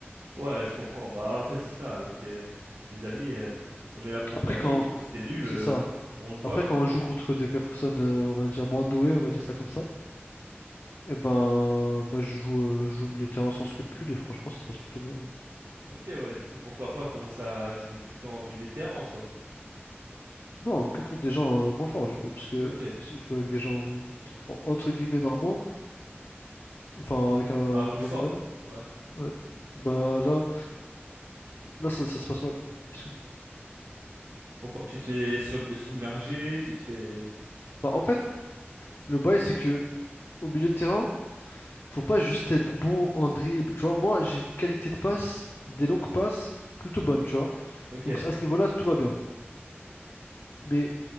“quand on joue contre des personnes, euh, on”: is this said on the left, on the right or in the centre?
Left